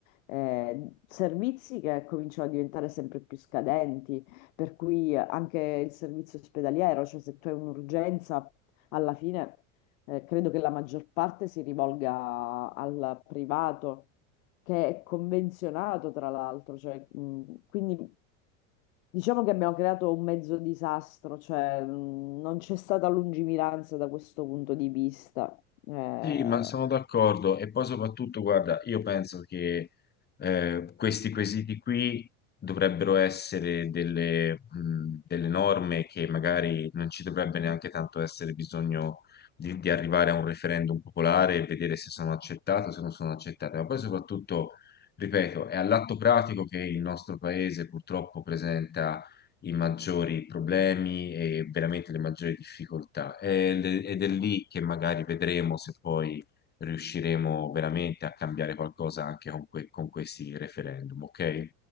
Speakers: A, on the left; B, on the left.
A: eh, servizi che cominciano a diventare sempre più scadenti, per cui anche il servizio ospedaliero, cioè se tu hai un'urgenza, alla fine. Eh, credo che la maggior parte si rivolga al privato, che è convenzionato tra l'altro, cioè, mh, quindi diciamo che abbiamo creato un mezzo disastro, cioè, mh, non c'è stata lungimiranza da questo punto di vista. Eh,
B: Sì, ma sono d'accordo e poi soprattutto, guarda, io penso che eh, questi quesiti qui dovrebbero essere delle, mh, delle norme che magari non ci dovrebbe neanche tanto essere bisogno di, di arrivare a un referendum popolare e vedere se sono accettate o se non sono accettate, ma poi soprattutto, ripeto, è all'atto pratico che il nostro paese purtroppo presenta i maggiori problemi e veramente le maggiori difficoltà. Ed è ed è lì che magari vedremo se poi riusciremo veramente a cambiare qualcosa anche con, que- con questi referendum, ok?